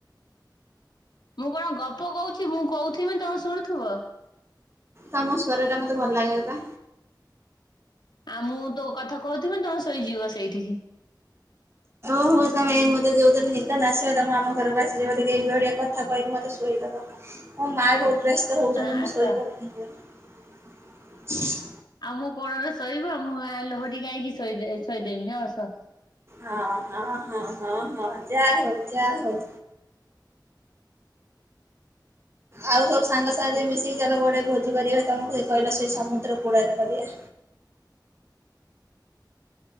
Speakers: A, on the left; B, on the right.
A: ମୁଁ କଣ ଗପ କହୁଛି ମୁଁ କଉଥିମି ତମେ ଶୁଣୁଥିବ।
B: ତମ ସ୍ୱର ଟା ମୋତେ ଭଲ ଲାଗେ ବା।
A: ଆଉ ମୁଁ ତୋ କଥା କହୁଥିବି ତମ ଶୋଇ ଯିବ ସେଇଠି।
B: ହଁ ହଉ ତମେ ମତେ ଯୋଉ ଦିନ ନିଦ ନ ଆସିବ ତମେ ଆମ ଘରକୁ ଆସିକି ମତେ ଟିକେ ଏଇଭଳିଆ ଟିକେ କଥା କହକି ମତେ ଶୁଆଇଦବ। ମଁ ମା ବହୁତ ବ୍ୟସ୍ତ ହଉଛନ୍ତି
A: ହଁ
B: ମୁଁ
A: ଆସ।
B: ସୋଇ ପାରୁନି ଯୋଉ
A: ଆଉ ମୋ କୋଳରେ ଶୋଇବ ମୁଁ ଆ ଲୋହରୀ ଗାଇ କି ଶୋଇ ଦେ ଶୋଇଦେମି ହଁ ଆସ।
B: ହଁ ହଁ ହଁ ହଁ ହଁ ଯା ହଉ ଯା ହଉ। ଆଉ ସବୁ ସାଙ୍ଗ ସାଙ୍ଗେ ମିଶିକି ଚାଲ କୁଆଡେ ଭୋଜି କରିବା ତମକୁ ସେ କହିଲ ସେଇ ସମୁଦ୍ର କୂଳରେ କରିବା।